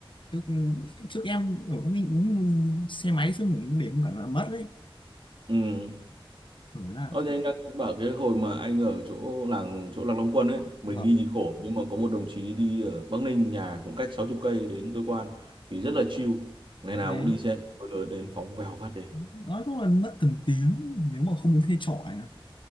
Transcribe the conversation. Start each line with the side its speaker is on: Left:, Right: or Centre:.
Left: trước trước em ở cái xe máy xong cũng để không cẩn là mất đấy
Right: ừ
Left: rồi là
Right: Ờ, thì anh đang bảo cái hồi mà anh ở chỗ làng chỗ lạc Long Quân ấy mình
Left: vâng
Right: đi thì khổ nhưng mà có một đồng chí đi ở Bắc Ninh nhà cũng cách sáu chục cây đến cơ quan thì rất là chill ngày nào
Left: đấy.
Right: cũng đi xe phân khối lớn đến phóng vèo phát đến
Left: nói chung là mất từng tiếng nếu mà không thuê trọ này